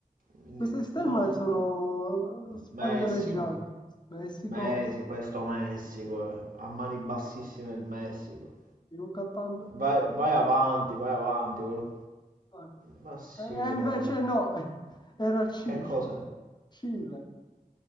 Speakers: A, on the right (about 75°); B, on the left (about 30°).
A: quindi
B: Queste stemme
A: Nord
B: sono eh, spagnoleggianti.
A: Messico.
B: Messico,
A: Messico, questo Messico, eh. A mani bassissime il Messico.
B: Yucatan...
A: Vai, vai avanti, vai avanti. quel-
B: eh.
A: Ma sì,
B: E, e invece
A: dai.
B: no, <laughs> eh, era Cile.
A: Che cosa?
B: Cile.